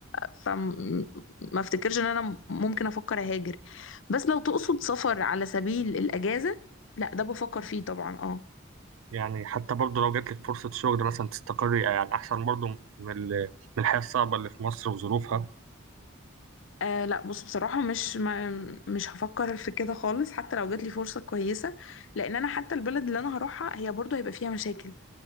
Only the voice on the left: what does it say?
فما افتكرش ان انا ممكن افكر اهاجر بس لو تقصد سفر على سبيل الاجازه لا ده بفكر فيه طبعا اه
آه لا بص بصراحة مش ما مش هفكر في كده خالص حتى لو جات لي فرصة كويسة لأن أنا حتى البلد اللي أنا هروحها هي برضه هيبقى فيها مشاكل